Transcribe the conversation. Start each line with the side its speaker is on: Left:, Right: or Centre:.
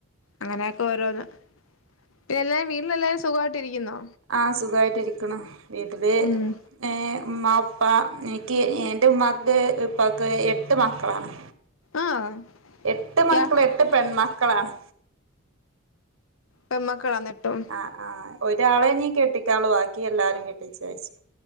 Left: അങ്ങനെയൊക്കെ ഓരോന്ന്, പിന്നെല്ലാരും വീട്ടിലെല്ലാരും സുഖായിട്ടിരിക്കുന്നോ?
Right: ആഹ് സുഖായിട്ട് ഇരിക്കുണു. വീട്ടില്
Left: ഉം
Right: ഏഹ് ഉമ്മാ ഉപ്പ എനിക്ക് എന്റെ ഉമ്മാക്ക് ഉപ്പാക്ക് എട്ട് മക്കളാണ്.
Left: ആഹ്
Right: എട്ട് മക്കളും
Left: യാ
Right: എട്ട് പെൺമക്കളാണ്.
Left: പെൺമക്കളാന്ന് എട്ടും.
Right: ആഹ് ആഹ് ഒരാളെ ഇനി കെട്ടിക്കാൻളു ബാക്കി എല്ലാരും കെട്ടിച്ചയച്ചു.